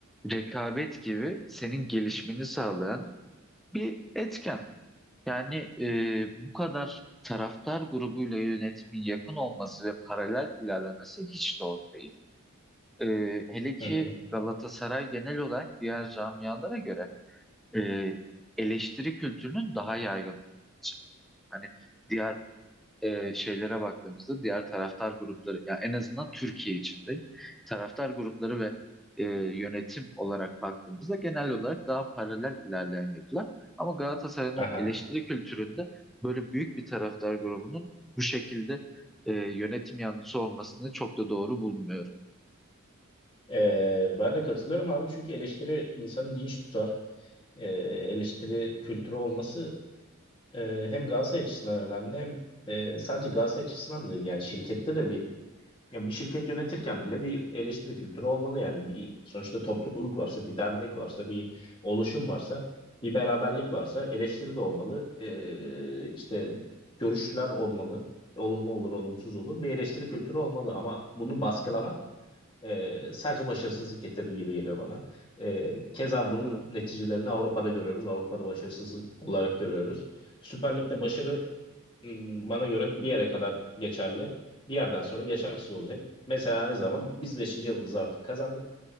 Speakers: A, in the centre; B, on the left.
A: rekabet gibi senin gelişmeni sağlayan bir etken. Yani e, bu kadar taraftar grubuyla yönetimin yakın olması ve paralel ilerlemesi hiç doğru değil. Ee, hele ki
B: Hı hı.
A: Galatasaray genel olarak diğer camialara göre e, eleştiri kültürünün daha yaygın. olması. Hani diğer e, şeylere baktığımızda diğer taraftar grupları ya en azından Türkiye içinde taraftar grupları ve e, yönetim olarak baktığımızda genel olarak daha paralel ilerleyen yapılar. Ama Galatasaray'ın
B: Aha.
A: o eleştiri kültüründe böyle büyük bir taraftar grubunun bu şekilde e, yönetim yanlısı olmasını çok da doğru bulmuyorum.
B: E, ben de katılıyorum abi çünkü eleştiri insanı dinç tutar e, eleştiri kültürü olması e, hem Galatasaray açısından önemli hem e, sadece Galatasaray açısından da değil. yani şirkette de bir yani bir şirket yönetirken bile bir eleştiri kültürü olmalı yani bir sonuçta topluluk varsa bir dernek varsa bir oluşum varsa bir beraberlik varsa eleştiri de olmalı E, işte görüşler olmalı olumlu olur olumsuz olur bir eleştiri kültürü olmalı ama bunu baskılamak ee, sadece başarısızlık getirir gibi geliyor bana. Ee, keza bunun
A: Evet,
B: neticelerini Avrupa'da görüyoruz. Avrupa'da başarısızlık olarak görüyoruz. Süper Lig'de başarı m, bana göre bir yere kadar geçerli. Bir yerden sonra geçersiz olacak. Mesela ne zaman? Biz beşinci yılımızı artık kazandık.